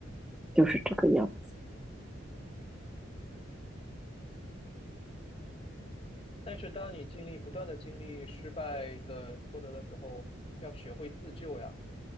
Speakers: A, in the centre; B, on the left.
A: 就是这个样子。
B: 但是当你经历不断的经历失败的挫折的时候，要学会自救呀。